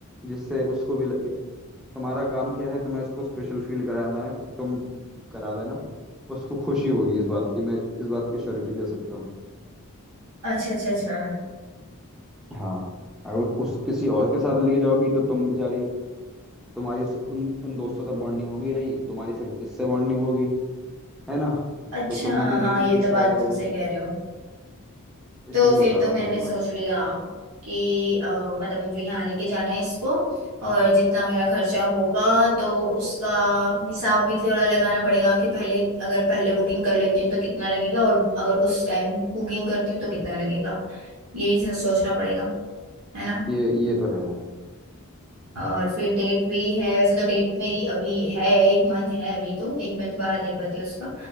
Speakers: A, in the centre; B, on the right.
A: जिससे उसको भी लगे तुम्हारा काम क्या है तुम्हें उसको स्पेशल फील कराना है तुम करा देना उसको खुशी होगी इस बात की मैं इस बात की श्योरिटी दे सकता हूँ
B: अच्छा अच्छा अच्छा
A: हाँ अगर उस किसी और के साथ लेके जाओगी तो तुम बेचारी तुम्हारी इस, उन उन दोस्तों से बॉन्डिंग होगी नहीं तुम्हारी सिर्फ इससे बॉन्डिंग होगी है ना
B: अच्छा
A: तो तुम भी
B: हाँ
A: इस
B: ये
A: चीज
B: तो
A: से
B: बात
A: रह जाओगी
B: तुमसे कह रहे हो
A: इसलिए
B: तो फिर
A: बता रहा
B: तो मैंने
A: हूँ मैं ये बात
B: सोच लिया कि अ, मतलब मुझे यहाँ लेके जाना है इसको और जितना मेरा खर्चा होगा तो उसका हिसाब भी थोड़ा लगाना पड़ेगा कि पहले अगर पहले बुकिंग कर लेती हूँ तो कितना लगेगा और अगर उस टाइम बुकिंग करती हूँ तो कितना लगेगा यही सो- सोचना पड़ेगा है ना
A: ये ये तो है
B: और फिर डेट भी है वैसे तो डेट मेरी अभी है एक मंथ है अभी तो एक मंथ बाद है बर्थडे उसका